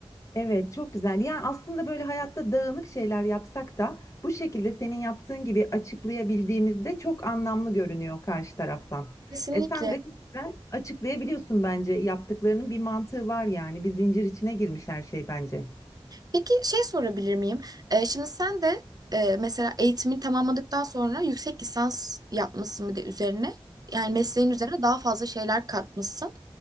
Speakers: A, on the left (about 30°); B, on the right (about 40°).
A: Evet, çok güzel. Yani aslında böyle hayatta dağınık şeyler yapsak da bu şekilde senin yaptığın gibi açıklayabildiğimizde çok anlamlı görünüyor karşı taraftan.
B: Kesinlikle.
A: E sen de çok güzel açıklayabiliyorsun bence. Yaptıklarının bir mantığı var yani. Bir zincir içine girmiş her şey bence.
B: Peki şey sorabilir miyim? Ee, şimdi sen de e, mesela eğitimini tamamladıktan sonra yüksek lisans yapmışsın bir de üzerine. Yani mesleğin üzerine daha fazla şeyler katmışsın.